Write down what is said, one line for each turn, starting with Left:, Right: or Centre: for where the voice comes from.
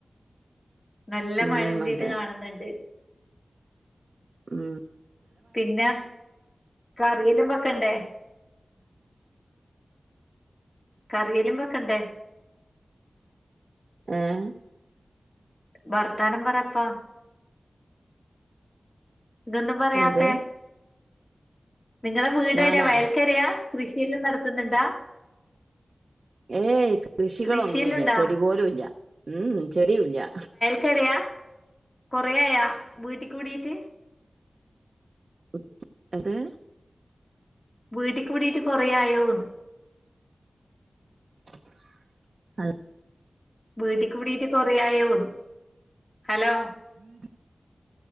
Left: നല്ല
Right: ഉം
Left: മഴന്റെ
Right: അതെ
Left: ഇത് കാണ്ന്ന്ണ്ട്.
Right: ഹും
Left: പിന്നെ കറിയെല്ലാം വക്കണ്ടേ കറിയലും ബെക്കണ്ടേ?
Right: ഏഹ
Left: വർത്താനം പറയപ്പാ ന്തഒന്നും പറയാത്തേ?
Right: എന്ത്
Left: നിങ്ങളെ വീട്
Right: ഞാനാ
Left: ടെയാ വയൽക്കരയാ കൃഷിയെല്ലാം നടത്തുന്ന്ണ്ടാ?
Right: ഏയ് കൃഷികളൊന്നുല്ല്യ
Left: കൃഷിയെല്ലുണ്ടാ
Right: ചെടി പോലും ഇല്ല ഉം ചെടിയുല്യ
Left: കേറിയ കൊറെയാ വീട്ട് കൂടിട്ട്
Right: <unintelligible> അത്
Left: വീട്ടി കൂടിട്ട് കുറയായോന്ന്
Right: <inaudible> അത്
Left: വീട്ടി കൂടീട്ട് കൊറേയോ ഹലോ?
Right: <unintelligible>